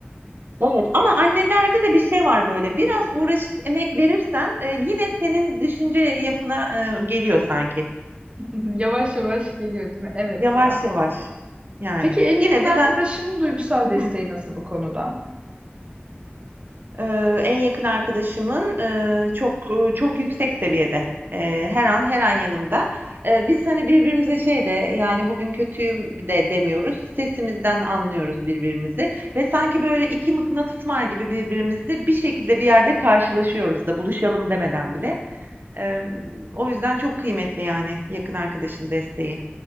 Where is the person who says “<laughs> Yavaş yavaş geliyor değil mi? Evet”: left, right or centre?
Right